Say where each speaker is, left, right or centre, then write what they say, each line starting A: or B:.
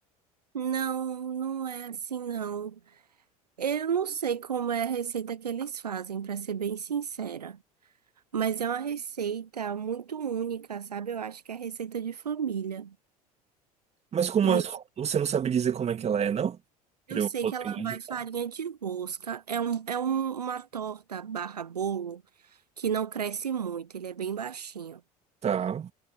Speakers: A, on the right; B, on the right.
A: Não, não é assim, não. Eu não sei como é a receita que eles fazem, para ser bem sincera. Mas é uma receita muito única, sabe? Eu acho que é receita de família.
B: Mas como
A: E
B: as- você não sabe dizer como é que ela é, não?
A: eu
B: Pra eu
A: sei
B: poder
A: que ela
B: imaginar.
A: vai farinha de rosca. É, um, é um- uma torta barra bolo que não cresce muito, ele é bem baixinho.
B: Tá.